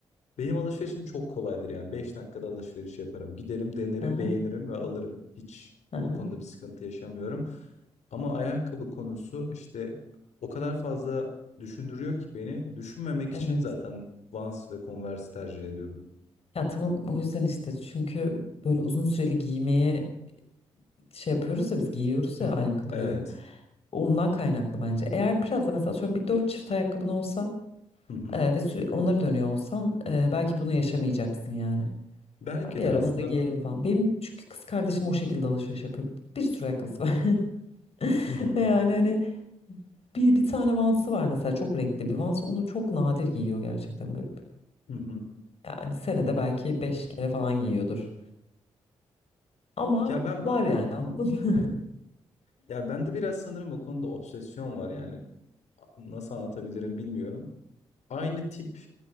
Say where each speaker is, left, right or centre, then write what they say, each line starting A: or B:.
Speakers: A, on the left (about 70°); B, on the left (about 55°).
A: benim alışverişim çok kolaydır yani. beş dakikada alışveriş yaparım. Giderim, denerim,
B: Hı hı.
A: beğenirim ve alırım. Hiç
B: Hı
A: o
B: hı.
A: konuda bir sıkıntı yaşamıyorum. Ama ayakkabı konusu işte o kadar fazla düşündürüyor ki beni. Düşünmemek
B: Evet.
A: için zaten Vans ve Converse tercih ediyorum.
B: Ya tamam o yüzden işte çünkü böyle uzun süreli giymeye şey yapıyoruz ya biz giyiyoruz
A: Hı
B: ya
A: hı,
B: ayakkabıları.
A: Evet.
B: Ondan kaynaklı bence. Eğer biraz da mesela atıyorum bir dört çift ayakkabın olsa
A: Hı hı.
B: e, ve süre, onları dönüyor olsan e, belki bunu yaşamayacaksın yani.
A: Belki
B: Bir
A: de
B: ara
A: aslında
B: bunu da giyelim falan. Benim çünkü kız kardeşim o şekilde alışveriş yapıyor. Bir sürü ayakkabısı var. <laughs>
A: Hı hı.
B: Ve yani hani bir, bir tane Vans'ı var mesela çok renkli bir Vans. Onu çok nadir giyiyor gerçekten. Böyle,
A: Hı hı.
B: yani senede belki beş kere falan giyiyordur. Ama
A: Ya ben
B: var yani anladın
A: hı.
B: mı?
A: Ya bende biraz sanırım o konuda obsesyon var yani. Nasıl anlatabilirim bilmiyorum. Aynı tip